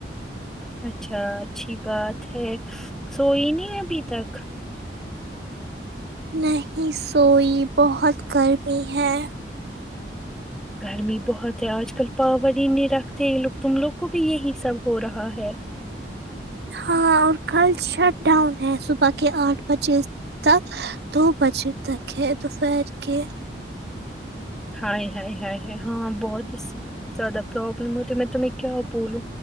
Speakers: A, in the centre; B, on the right.
A: اچھا اچھی بات ہے سوئی نہیں ابھی تک
B: نہیں سوئی بہت گرمی ہے
A: گرمی بہت ہے آج کل پاور ہی نہیں رکھتے یہ لوگ تم لوگ کو بھی یہی سب ہو رہا ہے
B: ہاں اور کل شٹ ڈاؤن ہے صبح کے آٹھ بجے تک دو بجے تک ہے دوپہر کے
A: ہائے ہ ہ ہاں بہت ہی بت زیادہ پرابلم ہوتی میں تمہیں کیا بولوں